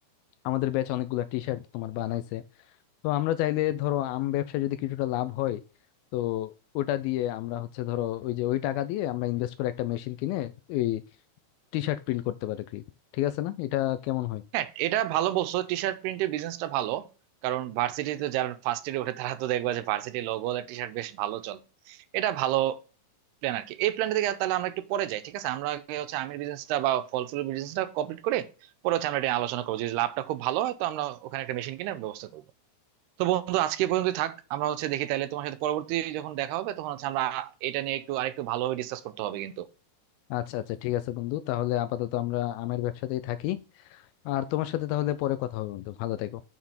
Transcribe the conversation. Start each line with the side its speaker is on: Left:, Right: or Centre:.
Left: আমাদের ব্যাচ অনেকগুলা টি শার্ট তোমার বানাইছে তো আমরা চাইলে ধরো আম ব্যবসায় যদি কিছুটা লাভ হয় তো ওটা দিয়ে আমরা হচ্ছে ধরো ওই যে ওই টাকা দিয়ে আমরা ইনভেস্ট করে একটা মেশিন কিনে ওই টি শার্ট প্রিন্ট করতে পারে কি ঠিক আছে না এটা কেমন হয়
Right: হ্যাঁ এটা ভালো বলছো টি শার্ট প্রিন্টের বিজনেসটা ভালো কারণ ভার্সিটিতে যারা ফার্স্ট ইয়ারে ওঠে তারা তো দেখবা যে ভার্সিটি লোগো আর টি শার্ট বেশ ভালো চলে এটা ভালো প্ল্যান আর কি এই প্ল্যানটা থেকে তাহলে আমরা একটু পরে যাই ঠিক আছে আমরা আগে হচ্ছে আমের বিজনেসটা বা ফল ফুলের বিজনেসটা কমপ্লিট করে পরে হচ্ছে আমরা এটা নিয়ে আলোচনা করবো যদি লাভটা খুব ভালো হয় তো আমরা ওখানে একটা মেশিন কেনার ব্যবস্থা করবো তো বন্ধু আজকে পর্যন্ত থাক আমরা হচ্ছে দেখি তাহলে তোমার সাথে পরবর্তী যখন দেখা হবে তখন হচ্ছে আমরা এটা নিয়ে একটু আরেকটু ভালোভাবে ডিসকাস করতে হবে কিন্তু
Left: আচ্ছা আচ্ছা ঠিক আছে বন্ধু তাহলে আপাতত আমরা আমের ব্যবসাতেই থাকি আর তোমার সাথে তাহলে পরে কথা হবে বন্ধু ভালো থেকো